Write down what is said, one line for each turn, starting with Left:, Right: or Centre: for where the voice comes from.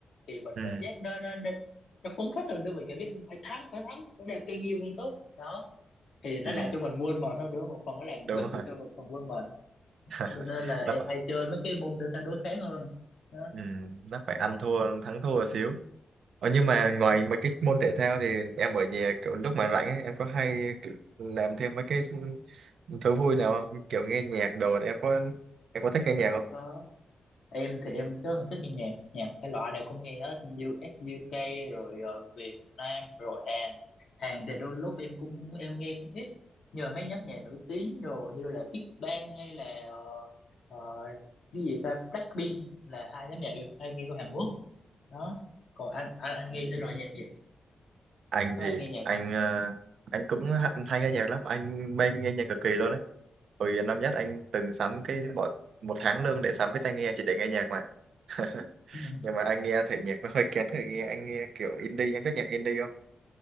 Left: thì mình
Right: Ừ.
Left: cảm giác nó nó nó, nó phấn khích hơn nữa mình cảm giác phải thắng phải thắng phải đẹp càng nhiều càng tốt đó thì nó
Right: Ừ.
Left: làm cho mình quên mệt hơn nữa một phần nó làm
Right: Đúng
Left: giúp
Right: rồi.
Left: gì cho một phần quên mệt
Right: <laughs>
Left: cho nên là em
Right: nó phải
Left: hay chơi mấy cái môn để ta đối kháng hơn đó
Right: Ừ, nó phải ăn thua thắng thua xíu Ờ, nhưng mà
Left: Ừ,
Right: ngoài mấy cái môn thể thao thì em ở nhà kiểu lúc mà rảnh ấy, em có hay kiểu làm thêm mấy cái thú vui nào không kiểu nghe nhạc đồ em có em có thích nghe nhạc không
Left: có em thì em rất là thích nghe nhạc nhạc thể loại nào cũng nghe hết US UK rồi ờ, Việt Nam rồi Hàn Hàn thì đôi lúc em cũng em nghe cũng ít nhờ mấy nhóm nhạc nổi tiếng rồi như là Big Bang hay là ờ, ờ, cái gì ta Blackpink là hai nhóm nhạc em hay nghe của Hàn Quốc đó còn anh anh anh nghe thể loại nhạc gì
Right: anh
Left: có
Right: thì
Left: ai nghe nhạc
Right: anh ờ, anh cũng ha- hay nghe nhạc lắm anh mê nghe nhạc cực kỳ luôn đấy hồi năm nhất anh từng sắm cái bọn một tháng lương để sắm cái tai nghe chỉ để nghe nhạc mà <laughs>
Left: không
Right: nhưng mà anh nghe thể nhạc nó hơi kén người nghe anh nghe kiểu indie anh có nhạc indie không